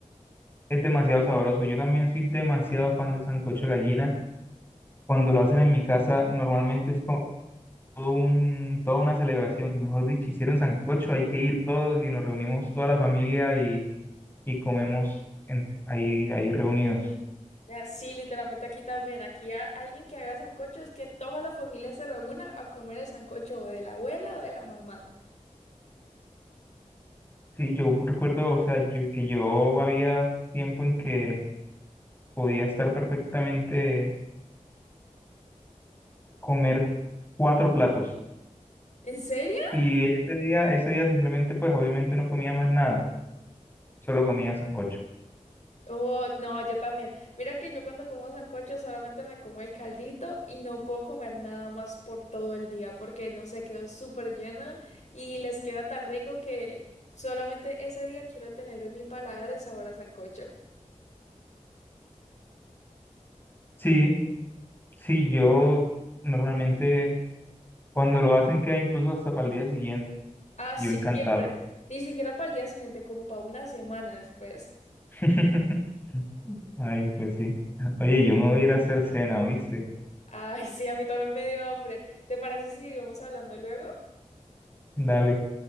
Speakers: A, on the left (about 15°); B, on the left (about 65°).
A: Es demasiado sabroso. Yo también soy demasiado fan del sancocho de gallina. Cuando lo hacen en mi casa, normalmente es como todo un, toda una celebración, que mejor dicho, hicieron sancocho, hay que ir todos y nos reunimos toda la familia y, y comemos en- ahí, ahí reunidos.
B: Ah, Sí, literalmente aquí también. Aquí a- alguien que haga sancocho es que toda la familia se reúna a comer el sancocho o de la abuela o de la mamá.
A: Sí, yo recuerdo, o sea, yo- que yo había tiempo en que podía estar perfectamente comer cuatro platos.
B: ¿En serio?
A: Y ese día, ese día simplemente, pues obviamente no comía más nada, solo comía sancocho.
B: Oh, no, yo también. Mira que yo cuando como sancocho solamente me como el caldito y no puedo comer nada más por todo el día porque no sé, quedo súper llena y les queda tan rico que solamente ese día quiero tener en mi paladar el sabor a sancocho.
A: Sí, Sí, yo normalmente cuando lo hacen queda incluso hasta para el día siguiente,
B: Así
A: yo encantado.
B: siempre. Ni siquiera para el día siguiente, como para una semana después.
A: <laughs> Ay, pues sí. Oye, yo me voy a ir a hacer cena, ¿oíste?
B: Ay, sí, a mí también me dio hambre. ¿Te parece si seguimos hablando luego?
A: Dale,